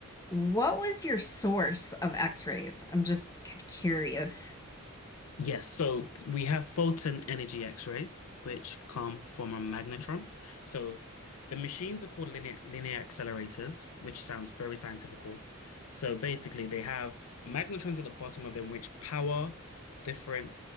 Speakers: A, on the left; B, on the left.
A: what was your source of X-rays? I'm just c- curious.
B: Yes, so we have photon energy X-rays, which come from a magnetron. So the machines are called linear linear accelerators, which sounds very scientifical. So basically, they have magnetrons at the bottom of them, which power different